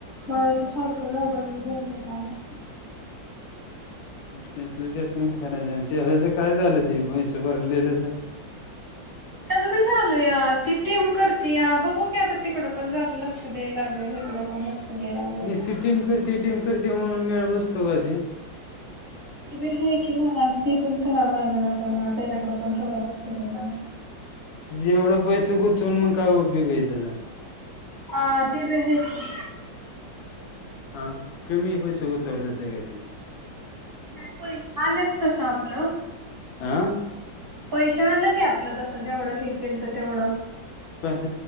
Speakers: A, on the right; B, on the left.
A: मला तर सारखं मोबाइल घेऊन बसाव लागत.
B: त्यातलं ते का करायचं ते व्हाचं काय झालं ते पैसे भरलेलंच.
A: त्याज <unintelligible> चालू या ती टीम करती या बघू की आता तिकड पण झालं लक्ष द्याय लागेल तिकड पण रा <unintelligible>
B: निस्ती टीम करती टीम करती म्हणून मेळ बसतो कधी
A: हे बी आहे की मग ते पण करावं लागेल आता मला त्याच्याकडे पण थोडं लक्ष द्याय लागेल
B: एवढं पैस गुतून मग काय उपयोग आहे त्याचा
A: अ ते भी हायस की
B: हा कमी पैसे गुतवला सगळ्यानी
A: नाही प हलेत तसं आपलं
B: आ
A: पैश आला की आपलं तस जेवढं हे केल तर तेवढं
B: कश